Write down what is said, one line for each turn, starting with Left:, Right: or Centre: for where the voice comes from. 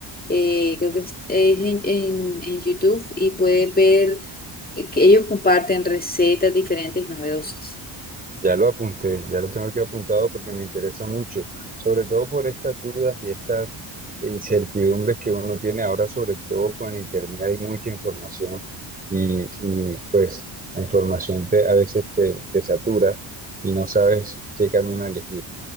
Left: Eh, creo que es es en, en en YouTube y puedes ver eh, que ellos comparten recetas diferentes y novedosas.
Right: Ya lo apunté, ya lo tengo aquí apuntado porque me interesa mucho, sobre todo por estas dudas y estas incertidumbres que uno tiene ahora, sobre todo con Internet hay mucha información y, y, pues la información te, a veces te, te satura y no sabes qué camino elegir.